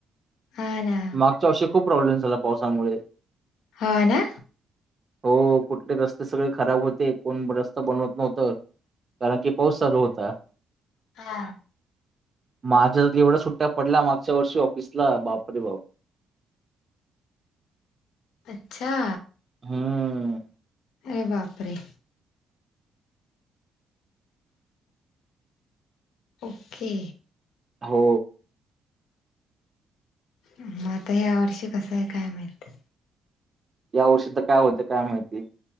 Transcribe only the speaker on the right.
मागच्या वर्षी खूप प्रॉब्लेम झाला पावसामुळे
हो कुठले रस्ते सगळे खराब होते कोण रस्ता बनवत नव्हतं. कारण की पाऊस चालू होता.
माझ्याच एवढा सुट्ट्या पडल्या मागच्या वर्षी ऑफिसला बापरे बाप
हम्म
हो.
या वर्षी तर काय होते काय माहिती